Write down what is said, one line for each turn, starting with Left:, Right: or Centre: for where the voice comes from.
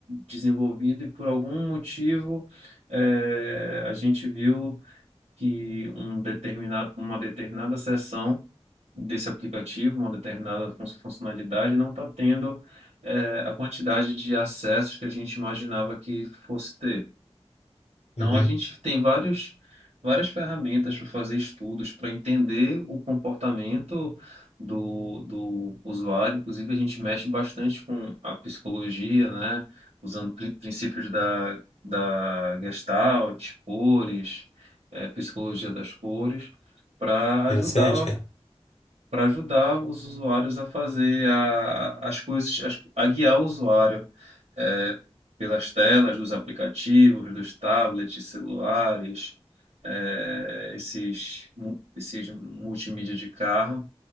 Right: desenvolvido e por algum motivo eh, a gente viu que um determinado, uma determinada seção desse aplicativo, uma determinada fun- funcionalidade não está tendo eh, a quantidade de acessos que a gente imaginava que fosse ter. Então,
Left: uhum.
Right: a gente tem vários, várias ferramentas para fazer estudos, para entender o comportamento do, do usuário. Inclusive, a gente mexe bastante com a psicologia, né? Usando pri- princípios da, da Gestalt, cores, eh, psicologia das cores, para ajudar
Left: Interessante, cara.
Right: para ajudar os usuários a fazer a, as coisas, as- a guiar o usuário é, pelas telas dos aplicativos, dos tablets, celulares, é, esses, mu- esses multimídia de carro,